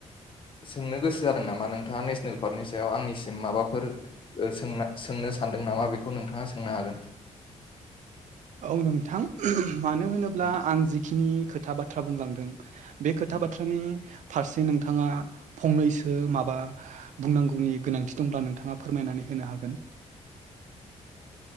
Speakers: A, on the left (about 40°); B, on the right (about 75°).
A: सोंनो गोसो जादों नामा नोंथाङा नेसनेल पार्कनि सायाव आंनि माबाफोरों सोंनो सानदों नामा बेखौ नोंथाङा सोंनो हागोन।
B: औ नोंथां मानो होनोब्ला
A: उम
B: आं जिखिनि खोथा बाथ्रा बुंलांदों। बे खोथा
A: उम
B: बाथ्रानि फारसे नोंथाङा फंनैसो माबा बुंनांगौनि गोनांथि दंब्ला नोंथाङा फोरमायनानै होनो हागोन। <inaudible>